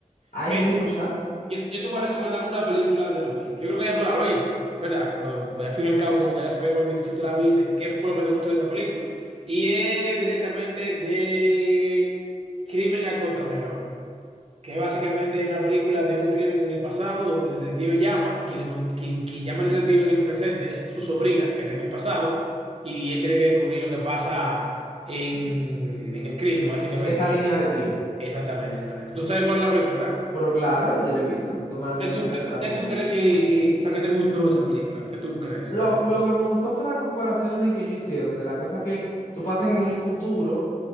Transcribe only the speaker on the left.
hay
muchas
en esa línea de tiempo.
Pero claro, yo la he visto, tú tú me la recomendaste,
la vi.
Bueno.
Lo,
lo que me gustó fue las comparaciones que ellos hicieron de las cosas que tú pasas en el futuro